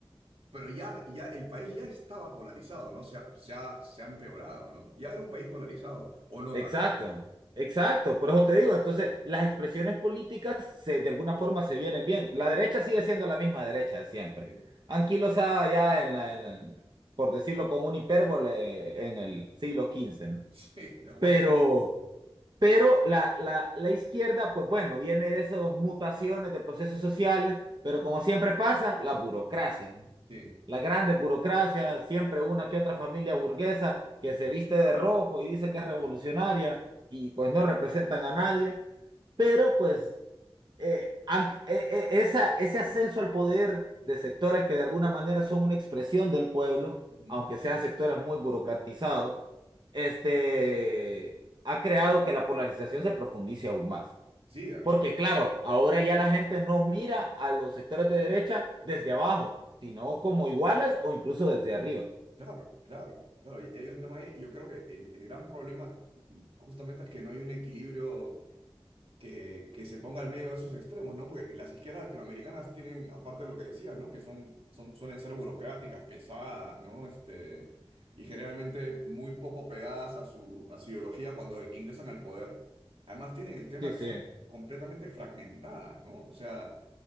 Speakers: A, on the right; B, on the right.
A: pero ya, ya el país ya estaba polarizado, ¿no? Se ha, se ha, se ha empeorado, ¿no? Ya era un país polarizado, o no
B: Exacto,
A: tanto.
B: exacto, por eso te digo, entonces las expresiones políticas se, de alguna forma se vienen bien. La derecha sigue siendo la misma derecha de siempre.
A: Sí,
B: Anquilosada ya en la, en la- por decirlo con un hipérbole, en el siglo quince,
A: <laughs>
B: ¿no?
A: sí, de acuerdo.
B: Pero, pero la, la, la izquierda, pues bueno, viene de esas mutaciones de procesos sociales, pero como siempre pasa, la burocracia, ¿no?
A: Sí,
B: Las grandes burocracias, siempre una que otra familia burguesa que
A: mm,
B: se viste de rojo y dice que es revolucionaria
A: claro.
B: y pues no representan a nadie, pero pues eh, aunque- eh, eh, esa, ese ascenso al poder de sectores que de alguna manera son una expresión del pueblo,
A: Ujú.
B: aunque sean sectores muy burocratizados, este, ha creado que la polarización se profundice aún más.
A: Sí, de acuerdo.
B: Porque claro, ahora ya la gente no mira a los sectores de derecha desde abajo, sino como iguales o incluso desde arriba.
A: Claro, claro, claro. Y hay un tema ahí. Yo creo que el, el gran problema mm, justamente es que no hay un equilibrio que, que se ponga al medio de esos extremos, ¿no? Porque las izquierdas latinoamericanas tienen, aparte de lo que decías, ¿no? Que son, son, suelen ser burocráticas, pesadas, ¿no? Este, y generalmente muy poco pegadas a su, a su ideología cuando ingresan al poder. Además tienen el tema
B: Sí,
A: que
B: sí.
A: son completamente fragmentadas, ¿no? O sea...